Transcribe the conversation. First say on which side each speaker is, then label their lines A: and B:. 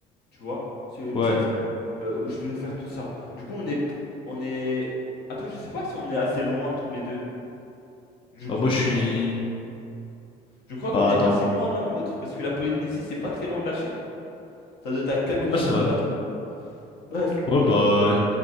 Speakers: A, on the left (about 75°); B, on the left (about 30°).
A: tu vois, sur une
B: Ouais.
A: petite île euh, où je peux faire tout ça. Du coup, on est on est Attends, je sais pas si on est assez loin tous les deux. Je crois
B: Bah moi
A: que
B: je suis...
A: non. Je crois
B: Bah
A: qu'on n'est
B: attends.
A: pas si loin l'un de l'autre parce que la Polynésie, c'est pas très loin de la Chine. Ça doit être à quelques
B: Ouais, c'est
A: heures de
B: vrai.
A: bateau. Bref,
B: Ouais,
A: du
B: bah...
A: coup,